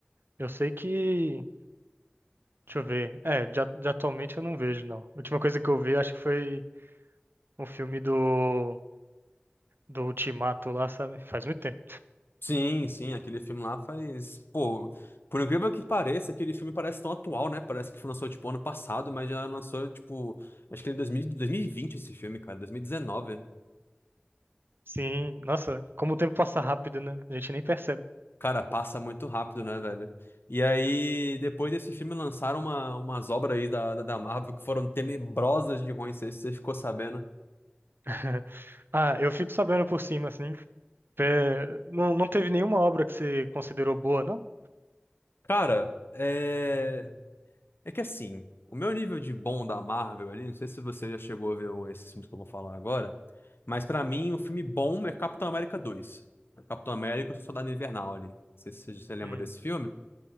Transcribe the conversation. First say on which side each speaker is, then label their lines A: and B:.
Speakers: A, on the right (about 60°); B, on the left (about 65°).
A: Eu sei que. Deixa eu ver. É, de, a- de atualmente eu não vejo, não. A última coisa que eu vi, acho que foi um filme do, do Ultimato lá, sabe? Faz muito tempo.
B: Sim, sim, aquele filme lá faz. Pô, por incrível que pareça, aquele filme parece tão atual, né? Parece que foi lançou, tipo, ano passado, mas já lançou, tipo. Acho que ele é dois mil, dois mil e vinte esse filme, cara, 2019.
A: Sim, nossa, como o tempo passa rápido, né? A gente nem percebe.
B: Cara, passa muito rápido, né, velho? E aí, depois desse filme, lançaram uma, umas obras aí da, da, da Marvel que foram tenebrosas de ruins, não sei se você ficou sabendo.
A: <laughs> Ah, eu fico sabendo por cima, assim. É, não, não teve nenhuma obra que você considerou boa, não?
B: Cara, é. É que assim, o meu nível de bom da Marvel ali, não sei se você já chegou a ver o- esses filmes que eu vou falar agora, mas pra mim o filme bom é Capitão América 2. Capitão América e o Soldado Invernal ali. Não sei se você você lembra
A: Hum.
B: desse filme,